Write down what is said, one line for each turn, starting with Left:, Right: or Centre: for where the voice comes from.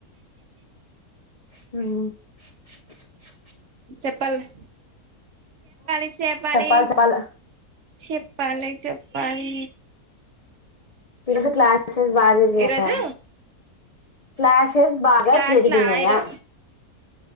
Left: ఉమ్
Right: చెప్పాల్నె చేపాలి చేపాలి
Left: చెప్పాలి చెప్పాల
Right: చెప్పాలే చెప్పాలి
Left: ఈ రోజు క్లాసస్ బాగ జరిగినయా
Right: ఈ రోజు
Left: క్లాసెస్ బాగా
Right: క్లాస్
Left: జరిగినయా
Right: లా ఈరో